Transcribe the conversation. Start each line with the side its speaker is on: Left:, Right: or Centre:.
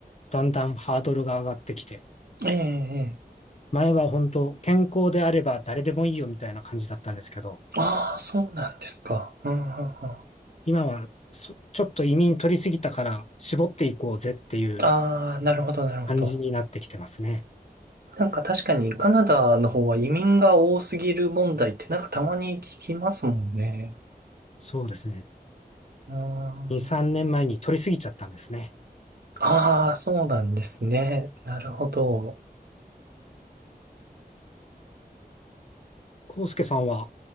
Left: だんだんハードルが上がってきて、
Right: ええええ
Left: 前は本当、健康であれば誰でもいいよみたいな感じだったんですけど、
Right: ああ、そうなんですか。うんうんうん。あ
Left: 今はそちょっと移民取りすぎたから絞っていこうぜっていう
Right: あ、なるほど、なるほど。
Left: 感じになってきてますね。
Right: なんか確かにカナダの方は移民が多すぎる問題ってなんかたまに聞きますもんね。
Left: そうですね。
Right: うーん。
Left: 2、3年前に取りすぎちゃったんですね。
Right: ああ、そうなんですね。なるほど。
Left: 康介さんは